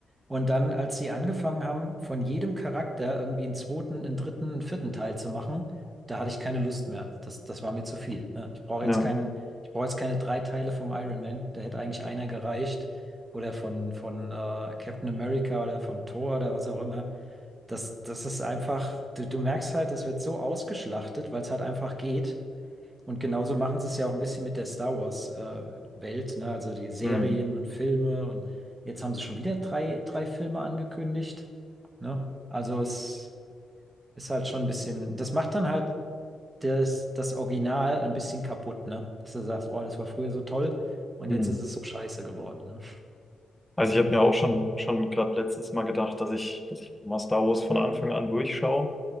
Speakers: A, on the right (about 20°); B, in the centre.
A: Und dann, als sie angefangen haben, von jedem Charakter irgendwie einen zweiten, einen dritten, einen vierten Teil zu machen, da hatte ich keine Lust mehr. Das, das war mir zu viel. Ne? Ich brauche
B: Ja.
A: jetzt keinen, ich brauche jetzt keine drei Teile vom Iron Man. Da hätte eigentlich einer gereicht. Oder von, von äh, Captain America oder von Thor oder was auch immer. Das, das ist einfach, du, du merkst halt, das wird so ausgeschlachtet, weil es halt einfach geht. Und genauso machen sie es ja auch ein bisschen mit der Star Wars äh, Welt, ne? Also die Serien
B: Hm.
A: und Filme. Und jetzt haben sie schon wieder drei, drei Filme angekündigt, ne? Also es ist halt schon ein bisschen, das macht dann halt das, das Original ein bisschen kaputt, ne? Dass du sagst, oh, das war früher so toll und
B: Hm.
A: jetzt ist es so scheiße geworden, ne?
B: Also ich habe mir auch schon, schon gerade letztens mal gedacht, dass ich, dass ich mal Star Wars von Anfang an durchschaue,